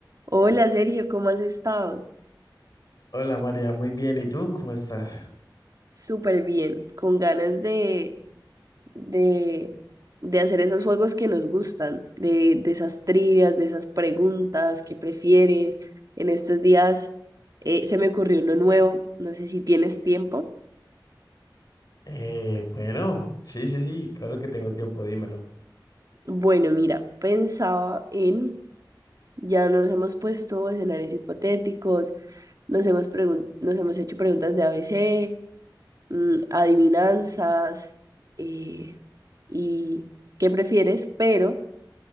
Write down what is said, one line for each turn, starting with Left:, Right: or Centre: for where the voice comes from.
Right: Hola Sergio, ¿cómo has estado?
Left: Hola María, muy bien. ¿Y tú cómo estás?
Right: Súper bien, con ganas de, de, de hacer esos juegos que nos gustan, de, de esas trivias, de esas preguntas, ¿qué prefieres? En estos días eh, se me ocurrió uno nuevo, no sé si tienes tiempo.
Left: Eh, bueno, sí, sí, sí, claro que tengo tiempo, dímelo.
Right: Bueno, mira, pensaba en, ya nos hemos puesto escenarios hipotéticos, nos hemos, pregun- nos hemos hecho preguntas de a ABC. mm, adivinanzas eh, y qué prefieres, pero